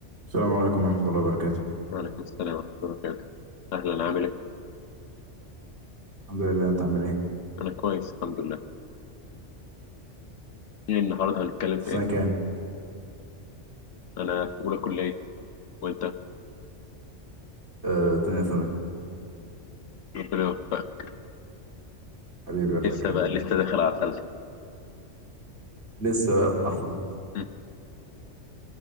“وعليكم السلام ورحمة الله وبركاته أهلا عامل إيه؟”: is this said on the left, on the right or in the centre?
Left